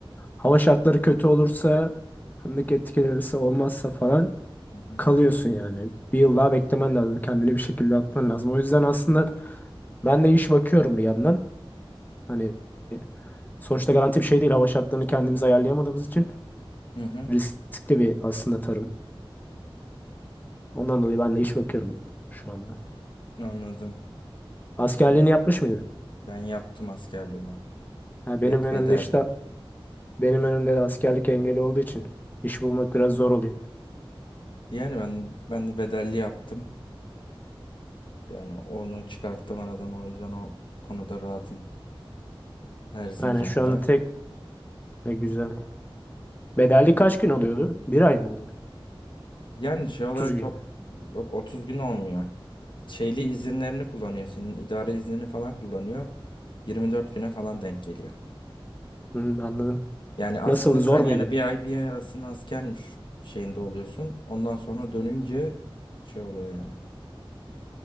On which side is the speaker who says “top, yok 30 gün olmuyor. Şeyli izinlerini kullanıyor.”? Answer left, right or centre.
Left